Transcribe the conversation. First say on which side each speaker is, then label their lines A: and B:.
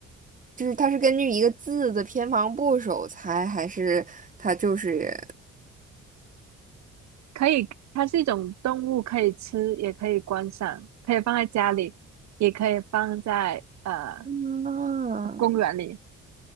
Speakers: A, on the right; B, on the right.
A: 就是它是根据一个字的偏旁部首猜，还是它就是？
B: 可以，它是一种动物，可以吃，也可以观赏，可以放在家里，也可以放在呃
A: 嗯，
B: 公园里，